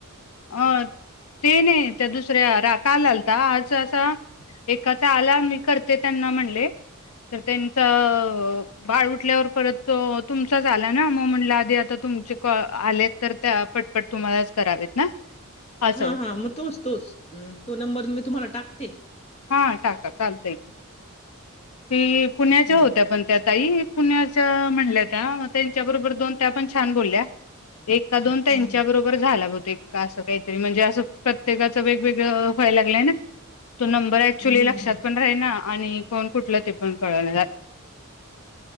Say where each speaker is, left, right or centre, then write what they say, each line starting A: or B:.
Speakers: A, on the left; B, on the left.
A: अ, ते ने त्या दुसऱ्या रा का काल आलता आज असा एकाचा आला मी करते त्यांना म्हणले, तर त्यांचा अ बाळ उठल्यावर परत तो तुमचाच आला ना म म्हणलं आधी आता तुमचे कॉ आले तर त्या पटपट तुम्हालाच करावेत. ना. असं
B: हा, हा मग तोच तोच तो नंबर मी तुम्हाला टाकते.
A: हा टाका चालतय. ती पुन्याच्या
B: हम्म,
A: होत्या पण त्यात ताई, पुण्याच्या म्हणल्या त्या म त्यांच्या बरोबर दोन त्या पण छान बोलल्या. एक का दोन त्यांच्या
B: हम्म,
A: बरोबर झाला बघ. ते का असं ते तरी म्हणजे असं प्रत्येकाचं वेगवेगळं व्हायला लागलंय ना. तो नंबर ऍक्च्युली
B: हम्म,
A: लक्षात
B: हम्म, हम्म,
A: पण राही ना आणि कोण कुठलं ते पण कळना झा